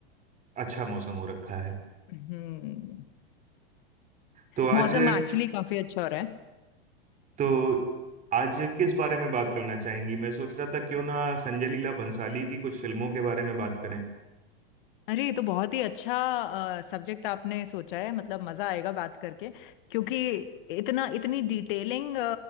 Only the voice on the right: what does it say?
अच्छा मौसम हो रखा है
तो आज
तो आज किस बारे में बात करना चाहेंगी मैं सोच रहा था क्यों ना संजय लीला भंसाली की कुछ फिल्मों के बारे में बात